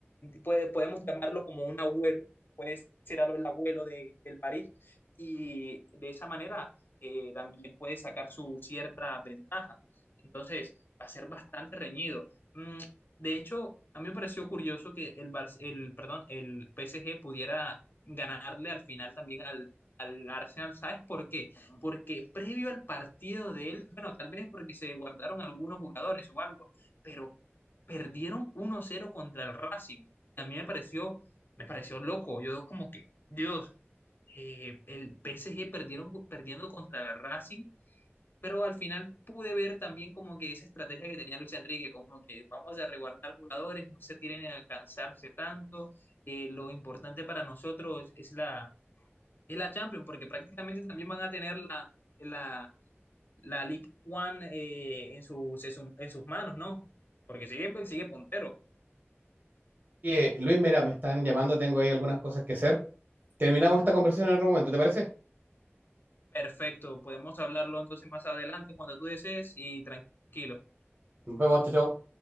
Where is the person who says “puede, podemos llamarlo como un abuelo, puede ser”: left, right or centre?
Left